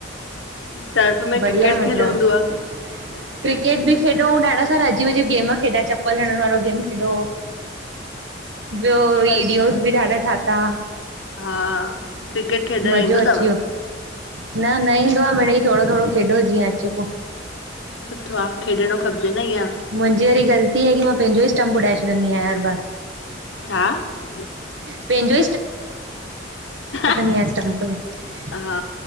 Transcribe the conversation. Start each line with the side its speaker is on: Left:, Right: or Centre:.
Left: टर्फ में
Right: बढिया
Left: क्रिकेट
Right: मजा
Left: खेल हूंदो
Right: --
Left: आ,
Right: क्रिकेट बि खेॾो ऐं ॾाढा सारा अजीब अजीब गेमा खेॾा चपल हणन वारो। गेम खेडो ॿियो वीडियोस
Left: अच्छा
Right: बि ॾाढा ठाता।
Left: हा क्रिकेट खेॾण
Right: मज़ो
Left: ईंदो
Right: अची
Left: तव हा।
Right: वियो न न ईंदो आहे मिड़ई थोरो थोरो खेॾो जीअं अचे पो
Left: सुठो आ खेॾणो खपजे न ईअं।
Right: मुंजी वरी ग़लती हे की मां पांजो ई स्टंप उॾाए छॾंदी आयां हर बार।
Left: छा ह
Right: पंहिंजो
Left: --
Right: इअं स्टंप के --
Left: हा